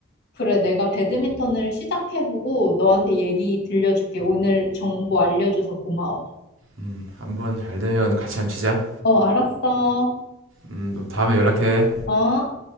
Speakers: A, on the left; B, on the right.
A: 그래, 내가 배드민턴을 시작해보고 너한테 얘기 들려줄게. 오늘 정보 알려줘서 고마워.
B: 음 한번 잘 되면 같이 한번 치자
A: 어, 알았어.
B: 음또 다음에 연락해
A: 어?